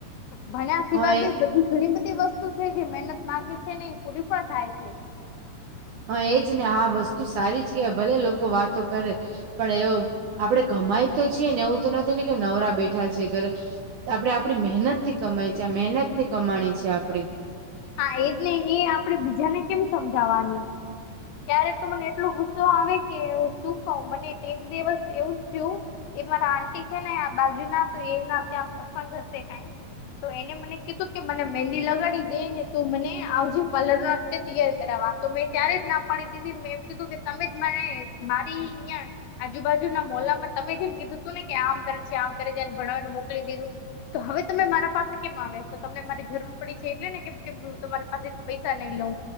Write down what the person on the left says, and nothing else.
ભણ્યા સિવાય
બી બધું ઘણી બધી વસ્તુ છે જે મેહેનત માંગે છે ને એ પૂરી પણ થાય છે.
હા, એજને એ આપડે બીજાને કેમ સમજાવાનું. ક્યારેક તો મને એટલો ગુસ્સો આવે કે શું કઉ, મને એક દિવસ એવું જ થયું એક મારા આંટી છે ને આ બાજુ ના તો એમના ત્યાં પ્રસંગ હશે કાઈ તો એને મને કીધું કે મને મેંદી લગાડી દે ને તું મને આવજે પલરવા કે તૈયાર કરાવવા તો મેં ત્યારે જ ના પાડી દીધીન, આ મેં એમ કીધું કે તમેજ મારા એ મારી અહિયાં આજુબાજુના મોહલામાં તમેજ એમ કીધું તું ને કે આમ કરે છે, આમ કરે છેન ભણવાનું મોકલી દીધું. તો હવે તમે મારા પાસે કેમ આવ્યા છો તમને મારી જરૂર પડી છે એટલે ને કેમ કેમ હું તમારી પાસે પૈસા નહી લઉ